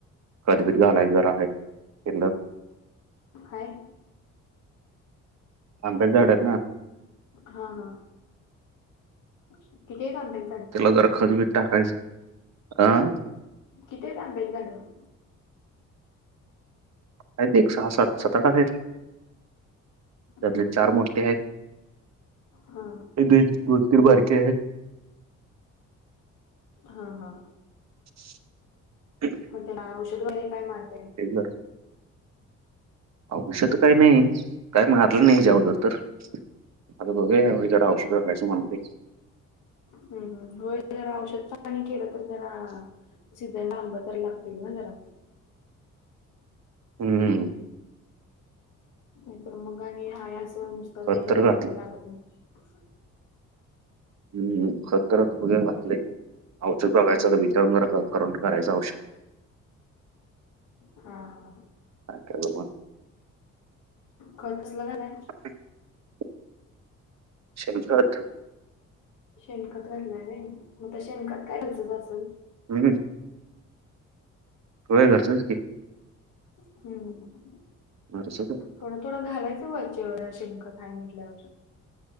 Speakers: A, on the right; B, on the left.
A: खत बित जरा घालायचं जरा आहे. <unintelligible>
B: हाय.
A: आंब्याच्या झाड आहेत ना.
B: हा हा. किती आहेत आंब्याच
A: त्याला जरा खतबीत टाकायचं अं.
B: किती आहेत आंब्याची झाडं?
A: आहेत एक सहा, सात, सत, आठ आठ आहेत त्यातले
B: हम्म
A: चार मोठे आहेत.
B: हा
A: एक द दोन तीर बारके आहेत.
B: हा हा.
A: <inaudible>
B: मग त्या औषध वगैरे काय मारत
A: बर. औष्यत काही नाही काय मारलं नाही जवदर तर आता बघू याळी
B: हम्म
A: जर आवश्य घालायचं म्हणतोय.
B: हम् होय जरा औषध पाणी केलं तर जरा सीझन ला आंब तर लागतील ना जरा.
A: हम्म.
B: नाहीतर मग आणि हाया अस नुसतंच
A: खत
B: ते
A: तर घातलं
B: आंब लागत नाहीत.
A: हम्म खत तर आता बघ घातलंय अवचक बघायचं
B: हम्म
A: तर विचारून जरा ख करून करायचं होवशक
B: हा हा
A: अक बघ.
B: खत कसलं घालाय?
A: <inaudible> शेणखत.
B: शेणखत घातलाय होय मग शेणखात काय घरचच असल?
A: हम्. होय घरचच की.
B: हम.
A: <unintelligible>
B: थोडंथोडं घालायचं व्हायचेव शेणखत हाय म्हटल्यावर.